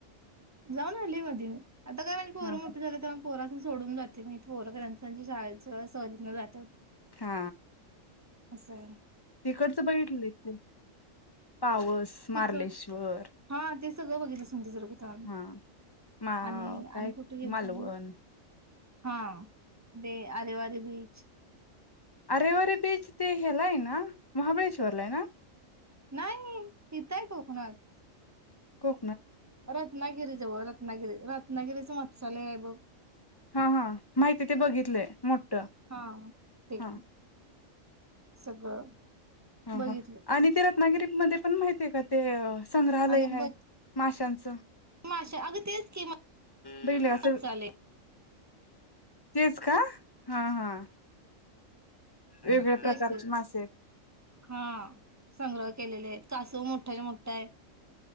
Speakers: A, on the right; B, on the left.
A: जाऊन आली मधी मी आता काय माझी पोरं
B: हा
A: मोठी झाल्याय त्यामूळ पोरासनी सोडून जाते मी पोर <unintelligible> शाळेच सहलीतन जात्यात
B: हा.
A: आसं.
B: तिकडचं बघितलय तेन पावस,
A: तिकड
B: मार्लेश्वर
A: हा ते सगळं बघितलस <inaudible> थांब
B: हा मा
A: आणि
B: काय
A: आणि कुठे गेलतो
B: मालवण
A: आम्ही हा ते आरेवारे बीच
B: अरेवारे बीच ते हेला हाय ना महाबळेश्वर लाय ना?
A: नाई नाई इत हाय कोकणात
B: को
A: रत्नागिरी जवळ रत् रत्नागिरी रत्नागिरीचं मत्सालय बघ
B: हा हा माहिती हाय ते बघितलंय मोठं
A: हा ते
B: हा.
A: सगळं
B: हा
A: बघितले
B: हा आणि तेला <unintelligible> मध्ये पण माहिती हाय का ते अं. संग्रालय
A: आणि
B: हाय
A: ब
B: माशांच
A: माशा अगं तेच कि
B: बेल्याच
A: मत्स्यालय
B: तेच का? हा हा. वेगळ्या
A: तेच
B: प्रकारचे
A: तेच
B: मासे हायत.
A: हा अं संग्रह केलेले हायत कासव मोठाच्या मोठा हाय